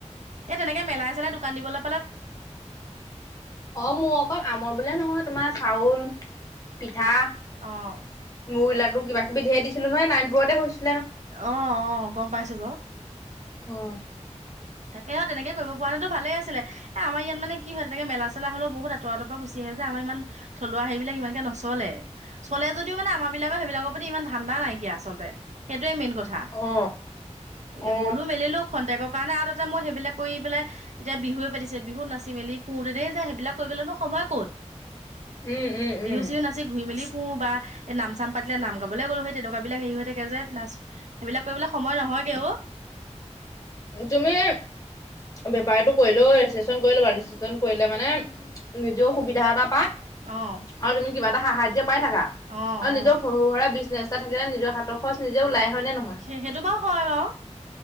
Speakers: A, on the right (about 70°); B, on the left (about 30°).
A: এ তেনেকে মেলাই চেলাই দোকান দিবলে
B: অ মোৰ অকল আমৰ বোলে নহয় তোমাৰ চাউল পি পিঠা,
A: অ',
B: মুড়ি লাড়ু কিবা কিবি ধেই দিছিলো নহয় নাইনপুৰতে হৈছো।
A: অ অ গম পাইছো বাৰু।
B: অ
A: তাকে অ তেনেকে কৰিব পৰা হ'লে তো ভালে আছিলে এ আমাৰ ইয়াত মানে কি হয় তেনেকে মেলা চেলা হ'লেও বহুত আতৰত আতৰত পৰা গুচি আহে যে আমাৰ ইমান থলুৱা হেইবিলাক ইমানকে নচলে চলে যদি মানে আমাৰ পিনে বিলাক সেইবিলাকৰ প্ৰতি ইমান ধান্দা নাইকিয় আলতে সেই মেইন কথা,
B: অ
A: এ
B: অ
A: গ'লো মেলিলেও খন্তেকৰ কাৰণে তাতে মই সেইবিলাক কৰি পেলাই এতিয়া বিহুৱে পাতিছে বিহু নাচি মেলি ফুতেনেই যায় সেইবিলাক কৰিবলেনো সময় ক'ত।
B: উম উম
A: বিহু
B: উম
A: চিহু নাচি ঘুৰি মেলি ফু বা নাম চাম পাতিলে নাম গাবলৈ গ'লো সেই তেনেকুৱা বিলাক হেৰি হৈ থাকে যে, নাচ সেইবিলাক কৰিবলৈ সময় নহয়গেও অ'।
B: তুমি। বেপাৰটো কৰিলো ৰেজিষ্ট্ৰেশচন কৰিলো ৰেজিষ্ট্ৰেশ্যন কৰিলে মানে, নিজেও সুবিধা এটা।
A: অ',
B: আৰু তুমি কিবা এটা সাহায্য পাই থাকা,
A: অ',
B: আৰু নিজৰ
A: অ'।
B: সৰু সুৰা বিগনেচ থাকিলে নিজৰ হাতৰচ নিজে ওলাই। হয় নে নহয়?
A: সেই সেইটো বাও হয় বাও